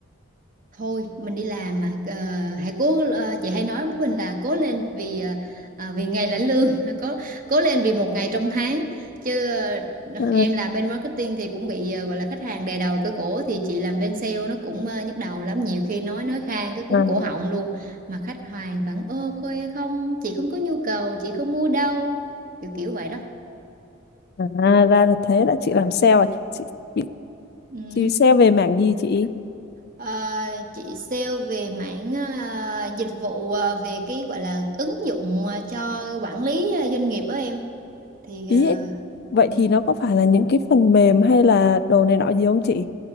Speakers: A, on the right; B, on the left.
A: thôi mình đi làm mà Ờ, hãy cố ờ, chị hay nói với mình là cố lên vì ờ, à, vì ngày lãnh lương <laughs> cố cố lên vì một ngày trong tháng chứ ờ, <laughs>
B: à,
A: em làm bên marketing thì cũng bị ờ, gọi là khách hàng đè đầu cửa cổ thì chị làm bên sale nó cũng ờ, nhức đầu lắm nhiều khi nói nói khang cái cuốn
B: à,
A: cổ họng luôn mà khách hàng vẫn ơ khôi không chị không có nhu cầu chị không mua đâu kiểu kiểu vậy đó
B: à ra là thế là chị làm sale à chị, chị
A: ừ.
B: chị sale về mảng gì chị
A: Ờ, chị sale về mảng ờ, dịch vụ ờ, về cái gọi là ứng dụng ờ, cho quản lý ờ, doanh nghiệp đó em thì
B: ý vậy
A: uh,
B: thì nó có phải là những cái phần mềm hay là đồ này nọ gì không chị